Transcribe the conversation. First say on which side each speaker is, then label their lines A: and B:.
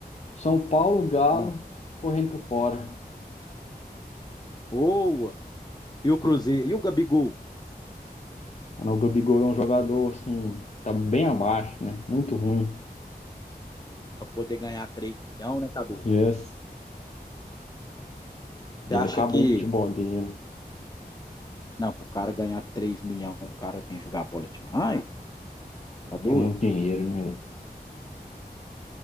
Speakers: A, on the left; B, on the left.
A: São Paulo, Galo,
B: Hum.
A: correndo por fora.
B: Boa! E o Cruzeiro, e o Gabigol,
A: O Gabigol é um jogador, assim, tá bem abaixo, né? Muito ruim.
B: para poder ganhar 3 milhões na cabeça.
A: Yes. Ele
B: Você acha
A: acabou
B: que,
A: o futebol dele.
B: não, pro cara ganhar 3 milhões, o cara tem que jogar bola demais? hein? Tá doido?
A: É muito dinheiro, né, velho?